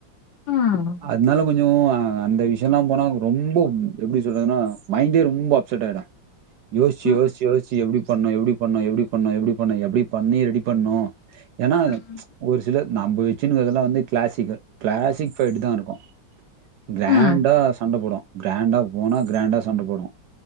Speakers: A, on the left (about 70°); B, on the right (about 70°).
A: ம்
B: அதனால கொஞ்சோ அந்த விஷயல்லா போனா ரொம்ப எப்டி சொல்றதுன்னா மைண்டே ரொம்ப செட் ஆயிடு யோசிச்சி
A: ம்
B: யோசிச்சி யோசிச்சி எப்டி பண்ணனு எப்டி பண்ணனு எப்டி பண்ணனு எப்டி பண்ணனு எப்டி பண்ணி ரெடி பண்ணனு ஏன்னா
A: ம்
B: ஒரு சிலர் நம்ம வச்சுன்னு இருக்கறதுல்லா வந்து கிளாசிக்கல் க்ளாசிக் ஃபைட்தா இருக்கு கிராண்டா
A: ம் ம்
B: சண்ட போடு கிராண்டா போனா கிராண்டா சண்ட போடு